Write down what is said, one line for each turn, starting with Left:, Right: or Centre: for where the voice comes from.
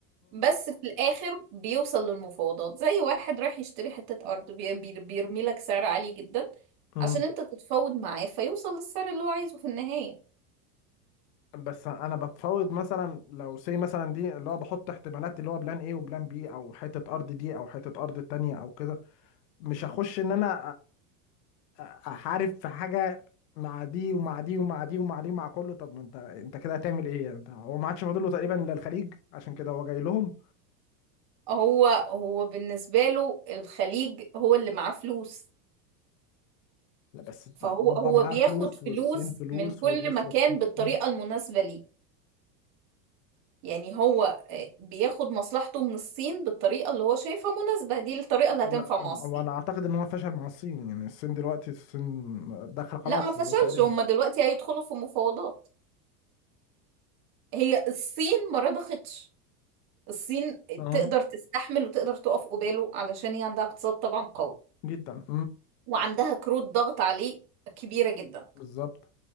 Right: بس في الاخر بيوصل للمفاوضات زي واحد رايح يشتري حتة ارض بي- بي- بيرمي لك سعر عالي جدا
Left: اه
Right: عشان انت تتفاوض معاه فيوصل للسعر اللي هو عايزه في النهاية
Left: بس انا بتفاوض مثلا لو سي مثلا دي اللي هو بحط احتمالات اللي هو بلان ايه وبلان بي او حته ارض دي او حته ارض التانية او كده مش هخش ان انا أ- أ- احارب في حاجه مع دي ومع دي ومع دي ومع دي ومع كله طب ما انت انت كده هتعمل ايه يعني انت هو ما عادش فاضل له تقريبا الا الخليج عشان كده هو جاي لهم
Right: هو هو بالنسبة له الخليج هو اللي معاه فلوس
Left: لا بس ده
Right: فهو
Left: اوروبا
Right: هو
Left: معاها
Right: بياخد
Left: فلوس
Right: فلوس
Left: والصين فلوس
Right: من كل
Left: وروسيا
Right: مكان بالطريقة
Left: فلوس
Right: المناسبة ليه يعني هو آه، بياخد مصلحته من الصين بالطريقة اللي هو شايفها مناسبة دي الطريقة اللي
Left: لا
Right: هتنفع
Left: أم-
Right: مع
Left: هو
Right: الصين
Left: انا اعتقد ان هو فشل مع الصين يعني الصين دلوقتي الصين داخله خلاص
Right: لا ما فشلش
Left: تقريبا
Right: هما دلوقتي هيدخلوا في مفاوضات هي الصين ما رضختش الصين
Left: اه
Right: تقدر تستحمل وتقدر تقف قباله علشان هي عندها اقتصاد طبعا قوي
Left: جدا
Right: وعندها كروت ضغط عليه كبيرة جدا
Left: بالظبط